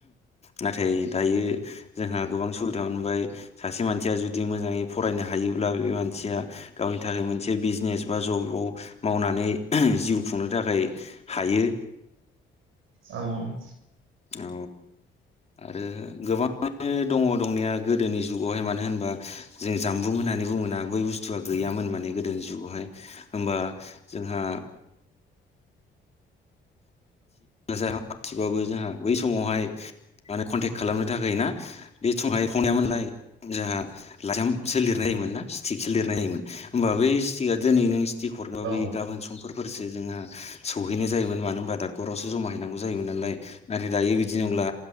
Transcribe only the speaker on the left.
नाथाय दायो जोंहा गोबां सुबिदा मोनबाय सासे मानसिया जुदि मोजाङै फरायनो हायोब्ला बे मानसिया गाव नि थाखाय मोनसे बिजनेस बा जबाव मावनानै जिउ खुंनो थाखाय हायो
औ आरो गोबां दङ दंनाया गोदोनि जुगावहाय मानो होनबा जों जामबुं होननानै बुङोना बै बुस्थुआ गैया मोन‌ माने गोदोनि जुगावहाय होनबा जोंहा मानसि <unintelligible> बाबो जोंहा बै समावहाय माने कन्टेक्ट खालामनो थाखाय ना बे संहाय <unintelligible> मोनलाय जोंहा लाइजामसो लिरनाय मोन‌ ना सिटिक लिरनाय जायोमोन होमबा बै सिटिकआ दिनै नों सिटिक हरबा
गाबोन समफोर फोरसो जोंना सौहैनाय जायोमोन मानो होनबा दा खरावसो जमा हैैनांगौ जायोमोन नालाय नाथाय दायो बिदि नंला